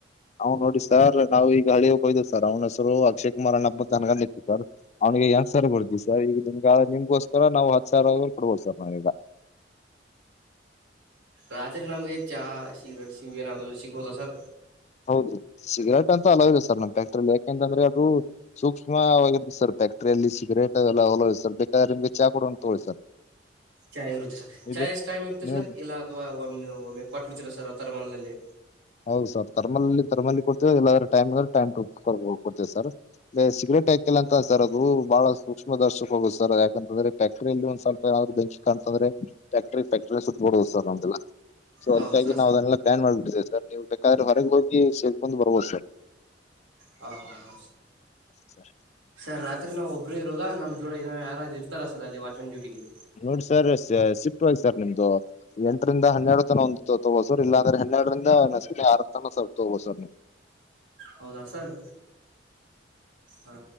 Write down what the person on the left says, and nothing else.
ಅವ ನೋಡಿ ಸರ್ ನಾವು ಈಗ ಹಳೆಯೊಬ್ಬಾ ಇದ್ದಾ ಸರ್ ಅವ್ನ ಹೆಸರು ಅಕ್ಷಯ್ ಕುಮಾರ್ ಅಣ್ಣಪ್ಪ ಮನಗಂಡ ಇತ್ತು ಸರ್ ಅವನಿಗೆ ಎಂಟ ಸಾವ್ರ ಬರ್ತಿತ್ತ ಸರ್ ಈಗ ನಿಮ್ಗ ಆದ್ರ ನಿಮ್ಗೋಸ್ಕರ ತ ನಾವು ಹತ್ತ ಸಾವ್ರ ವರೆಗೂ ಕೋಡ್ಬೋದ ಸರ್ ನಾವೀಗ.
ಹೌದು ಸಿಗರೇಟ್ ಅಂತ್ರು ಅಲ್ಲೌ ಇಲ್ಲಾ ಸರ್ ನಮ ಫ್ಯಾಕ್ಟ್ರಲ್ಲಿ ಯಾಕೆಂತಂದ್ರೆ ಅದು ಸೂಕ್ಷ್ಮವಾಗಿವಾಗಿದೇ ಸರ್ ಫ್ಯಾಕ್ಟ್ರಯಲ್ಲಿ ಸಿಗರೇಟ್ ಎಲ್ಲ ಅಲ್ಲೌ ಇಲ್ಲಾ ಸರ್ ಬೇಕಾದ್ರೆ ನಿಮಗೆ ಚಾ ಕೊಡೋಣ ತೊಗೊಳಿ ಸರ್.
ನೀವ
ನೀವು
ಹೌದು ಸರ್ ಥರ್ಮಲ್ಲಿ ಥರ್ಮಲ್ಲಿ ಕೊಡ್ತೇವೆ ಇಲ್ಲಾರ ಟೈಮ್ ಅಂದ್ರ ಟೈಮ್ ಟು ಟೈಮ್ ಪ್ರಕಾರ ಕೊಡ್ತಿವಿ ಸರ್. ಸಿಗರೇಟ್ ಯಾಕಿಲ್ಲ ಅಂತ ಸರ್ ಅದು ಬಹಳ ಸೂಕ್ಷ್ಮ ದರ್ಶಕ ಹೋಗುತ್ತ ಸರ್ ಯಾಕಂತಂದ್ರೆ ಫ್ಯಾಕ್ಟರಿಲಿ ಒಂದ ಸ್ವಲ್ಪ್ ಯಾವ್ದ ಬೆಂಕಿ ಕಾಣ್ತ್ ಅಂದ್ರೆ ಫ್ಯಾಕ್ಟ್ರ ಫ್ಯಾಕ್ಟರಿ ಸುಟ್ ಬುಡೋದು ಸರ್ ನಮ್ದಲ್ಲ ಸೊ
ಅದಕ್ಕಾಗಿ ನಾವ
ಅದನೆಲ್ಲ ಬ್ಯಾನ್ ಮಾಡಬಿಟ್ಟಿದಿವಿ ಸರ್ ನೀವು ಬೇಕಾದ್ರೆ ಹೊರಗೆ ಹೋಗಿ ಸೇದಕೊಂಡ ಬರ್ಬೋದ ಸರ್.
ಹ ಸರ್
ನೋಡಿ ಸರ್ ಶ ಶಿಫ್ಟ್ ವೈಸ್ ಸರ್ ನಿಮ್ದು ಎಂಟರಿಂದ ಹನ್ನೆಡು ತನ ಒಂದ ತೋ ತೊಬೊದ ಸರ್ ಇಲ್ಲಾಂದ್ರೆ ಹನ್ನೆರಡರಿಂದ ನಸ್ಕಿನಾಗ್ ಆರ್ ತನ ತೋಗೋಬೋದ ಸರ್.